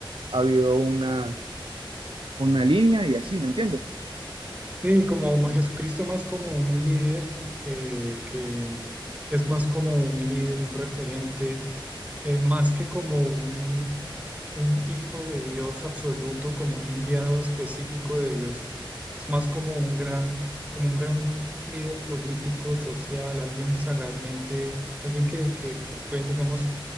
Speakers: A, on the right (about 75°); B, on the right (about 15°).
A: habido una, una línea y así, ¿me entiendes?
B: sí, como Jesucristo más como un líder, que, que es más como un líder, un referente eh, más que como un, un hijo de Dios absoluto, como un enviado específico de Dios, es más como un gran, como un gran líder político, social, alguien sagazmente, alguien que, que pues fue, digamos,